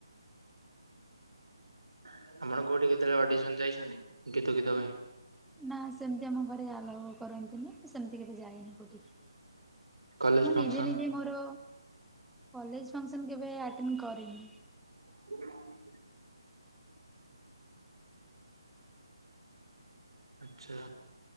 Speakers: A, on the right; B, in the centre.
A: ଆପଣ କଉଠି କେତେବେଳେ ଅଡିସନ୍ ଯାଇଚନ୍ତି ଗୀତ ଗୀତ ପାଇଁ?
B: ନା ସେମିତି ଆମ ଘରେ ଆଲାଓ କରନ୍ତିନି ମୁଁ ସେମିତି କେବେ ଯାଇନି କଉଠିକି।
A: କଲେଜ
B: ମୁଁ
A: ଫଙ୍କସନ
B: ନିଜେ ନିଜେ ମୋର କଲେଜ୍ ଫଙ୍କ୍ସନ୍ କେବେ ଆଟେଣ୍ଡ୍ କରିନି।
A: <inaudible> ଆଛା